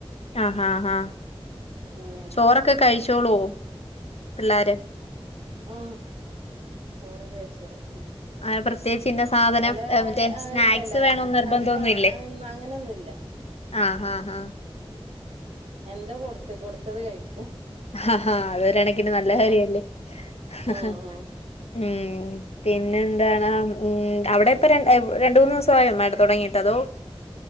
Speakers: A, on the left; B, on the right.
A: ആഹാ.. ആഹാ..
B: അങ്ങനെയാണ്
A: ചോറൊക്കെ കഴിച്ചോളോ? പിള്ളാര്.. !
B: ആ.. ചോറ് കഴിച്ചോളും ഉം.
A: ആഹ് പ്രത്യേകിച്ച് ഇന്ന സാധനം
B: ആ.. ആഹാ..
A: മറ്റേ
B: ആഹാ..
A: സ്നാക്സ്
B: ഇല്ലലാ,
A: വേണോന്ന് നിർബന്ധമൊന്നുമില്ലേ
B: കടിവെണനൊന്നുലാ.
A: ആഹ്... ആഹ്.. ആഹ.. !
B: ഉംഎന്താ കൊടുത്ത്, കൊടുത്തത് കഴിക്കും!
A: ആ.. ഹ.. അത്ഓരെണക്കിന് നല്ല
B: ഉം
A: കാര്യല്ലേ, ആഹാ..
B: ഉം ഉം
A: ഉം. പിന്നെ എന്താണ് ഉം, അവിടെ ഇപ്പോ രണ്ടുമുന്നാസയോ മാേഡം തുടങ്ങിട്ട് അതോ? <inaudible>